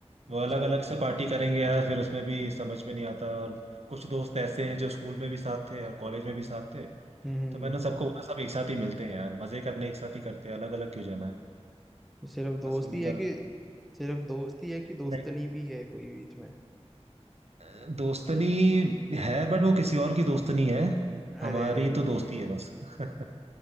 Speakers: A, on the right; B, in the centre.
A: वो
B: अच्छा
A: अलग अलग से पार्टी करेंगे यार फिर उसमें भी समझ में नहीं आता और कुछ दोस्त ऐसे हैं जो स्कूल में भी साथ थे और कॉलेज में भी साथ थे
B: हम्म
A: तो मैंने सबको बोला सब एक साथ ही मिलते हैं यार मजे करने एक साथ ही करते हैं अलग अलग क्यों जाना है
B: सिर्फ दोस्ती
A: बस उन्हीं
B: है
A: का
B: कि सिर्फ दोस्ती है कि दोस्तनी
A: नहीं
B: भी है कोई बीच में
A: अ, दोस्तनी है बट वो किसी और की दोस्तनी है हमारी
B: अरे अरे अरे
A: तो दोस्ती है बस <laughs>